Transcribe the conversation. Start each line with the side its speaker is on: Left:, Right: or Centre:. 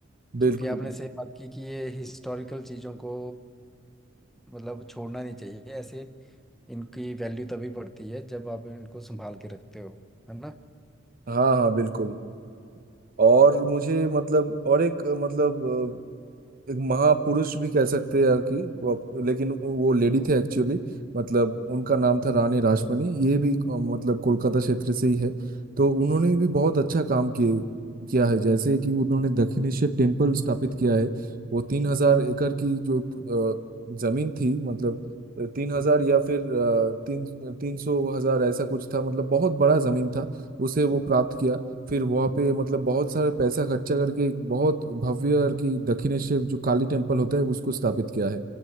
Centre: क्योंकि
Right: बिल्कुल
Centre: आपने सही बात की कि ये हिस्टोरिकल चीज़ों को मतलब छोड़ना नहीं चाहिए ऐसे इनकी वैल्यू तभी बढ़ती है जब आप इनको संभाल के रखते हो है ना
Right: हाँ हाँ बिल्कुल और मुझे मतलब और एक अ, मतलब एक महापुरुष भी कह सकते हैं यार कि वो अप- लेकिन वो लेडी थे एक्चुअली मतलब उनका नाम था रानी रासमणी ये भी अ, मतलब कोलकाता क्षेत्र से ही है तो उन्होंने भी बहुत अच्छा काम किए किया है जैसे कि उन्होंने दक्षिणेश्वर टेम्पल स्थापित किया है वो तीन हजार एकड़ की जो अ, जमीन थी मतलब तीन हजार या फिर अ, तीन तीन सौ हजार ऐसा कुछ था मतलब बहुत बड़ा जमीन था उसे वो प्राप्त किया फिर वहाँ पे मतलब बहुत सारे पैसा खर्चा करके एक बहुत भव्य और की दक्षिणेश्वर जो काली टेम्पल होता है उसको स्थापित किया है